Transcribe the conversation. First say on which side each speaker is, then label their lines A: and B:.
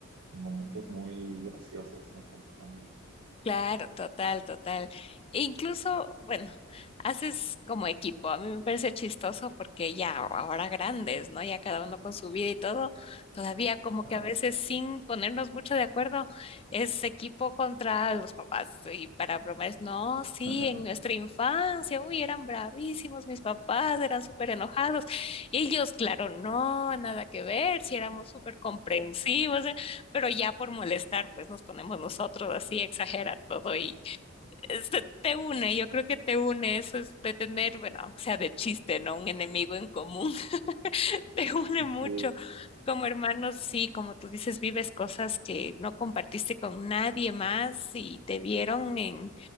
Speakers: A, on the right; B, on the left.
A: en momentos muy graciosos, ¿no? Con tu familia.
B: Claro, total, total. E incluso, bueno, haces como equipo. A mí me parece chistoso porque ya ahora grandes, ¿no? Ya cada uno con su vida y todo, todavía como
A: Ajá.
B: que a veces sin ponernos mucho de acuerdo, es equipo contra los papás. Y para bromas, no,
A: <laughs>
B: sí, en nuestra infancia, uy, eran bravísimos mis papás, eran súper enojados. Ellos, claro, no, nada que ver, si éramos súper comprensivos. eh, pero ya por molestar, pues nos ponemos nosotros así a exagerar todo y este, te une, yo creo que te une eso es de tener, bueno, aunque sea de chiste, ¿no? Un enemigo en común, <laughs> te une mucho.
A: Sí.
B: Como hermanos, sí, como tú dices, vives cosas que no compartiste con nadie más y te vieron en